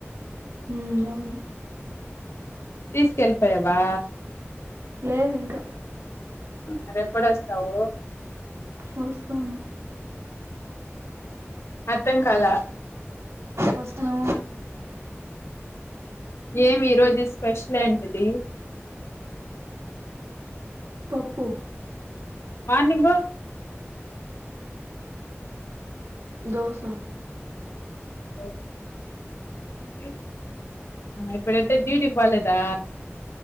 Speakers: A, on the right; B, on the left.
A: ఉ అవును
B: తీసుకెళ్ళిపోయావా
A: లేదు ఇంకా
B: అరెప్పుడు వస్తావు
A: వస్తాం
B: అర్థం కాలే
A: వస్తును
B: ఏమి ఈ రోజు స్పెషల్ ఏంటిది.
A: పప్పు
B: మార్నింగ్
A: దోస
B: ఓ. ఈ ఇప్పుడైతే డ్యూటీకి పోలేదా.